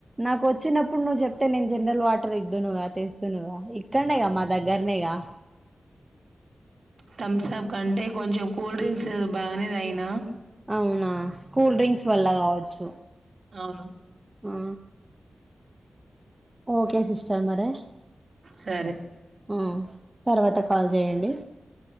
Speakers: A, on the right; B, on the right.
A: నాకు వచ్చినప్పుడు నువ్వు చెప్తే నేను జనరల్ వాటర్ ఇద్దునుగా తెస్తునుగా, ఇక్కడనేగా మా దగ్గరనేగా.
B: థమ్సప్ అంటే కొంచెం కూల్ డ్రింక్స్ బాగానేది అయినా
A: అవునా కూల్డ్రింక్స్ వల్ల కావచ్చు.
B: అవును
A: ఆ ఓకే సిస్టర్ టర్ మరె
B: సరే
A: ఉమ్ తర్వాత కాల్ చేయండి